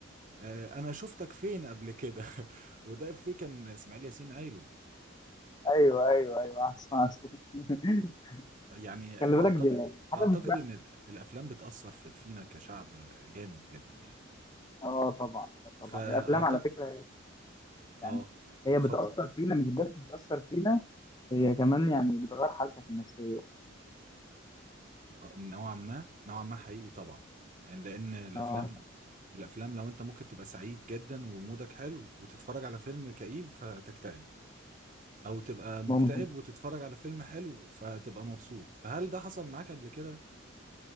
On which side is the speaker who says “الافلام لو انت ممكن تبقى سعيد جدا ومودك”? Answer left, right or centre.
Right